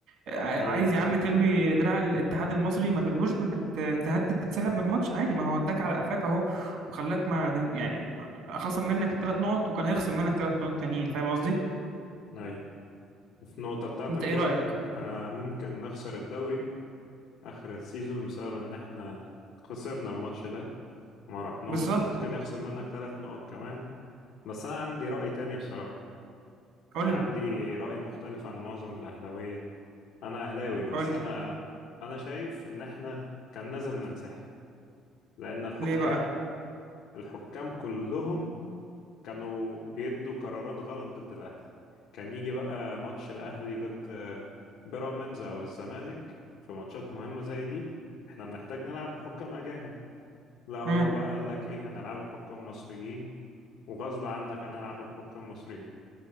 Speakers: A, on the right; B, on the left.
A: ع-
B: اي
A: عايز يا عم تلوي دراع الاتحاد المصري ما تلوهوش بانك ت- تهدد تنسحب من الماتش عادي ما هو اداك على قفاك اهو وخلاك ما تن- يعني خصم منك الثلاث نقط وكان هيخصم منك ثلاث نقط تانيين فاهم قصدي
B: اي وفي النقطة بتاعتك
A: انت
B: برضو
A: ايه رايك
B: ان احنا ممكن نخسر الدوري اخر السيزون بسبب ان احنا خسرنا الماتش ده وما رحناش
A: بالظبط
B: وممكن يخصم منك ثلاث نقط كمان بس انا عندي رأي تاني بصراحة
A: قول
B: يعني
A: لي
B: عندي رأي مختلف عن معظم الاهلاوية انا اهلاوي بس
A: قول
B: انا
A: لي
B: انا شايف ان احنا كان لازم ننسحب لان الحكام
A: ليه بقى
B: الحكام كلهم كانوا بيدوا قرارات غلط ضد الأهلي كان يجي بقى ماتش الأهلي ضد آه، بيراميدز أو الزمالك في ماتشات مهمة زي دي احنا بنحتاج نلعب بحكام أجانب لا هو
A: امم
B: بقى قالك ايه هنلعب بحكام مصريين وغصب عنك هنلعب بحكام مصريين